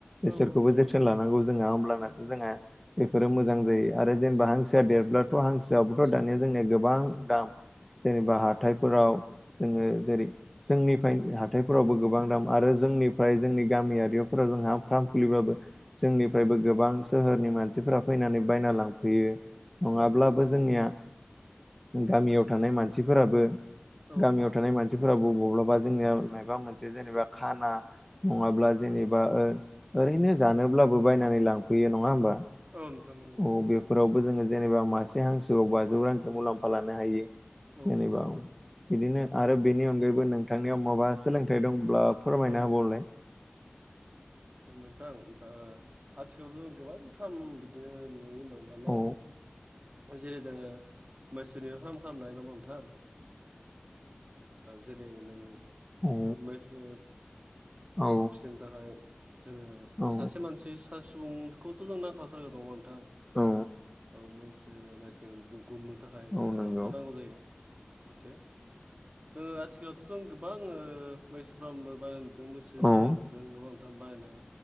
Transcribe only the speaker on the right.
औ
नोंथां
औ
औ औ
औ
नोंथां नंगौ
औ औ
औ
औ नोंथां दा आथिखालावथ' गोबांफ्राम बिदिनो नु
<unintelligible> जेरै जोङो मैसोनि फार्म खालामनानै दङ' नोंथां जेरै नों
मैसो
फिसिनो थाखाय जोङो
सासे मानसि सा सुबुंखौथ' जों नांखाथारगोन नामा नोंथां
औ मैसो नायथिं गुमनो थाखाय
जोंनो
लावखार नांगौ जायो सासे जोङो आथिखालावथ' जों गोबां ओ मैसोफ्रामबो बायलाय नुदों मैसो
फालिलाय नदों नामा थां बायदों।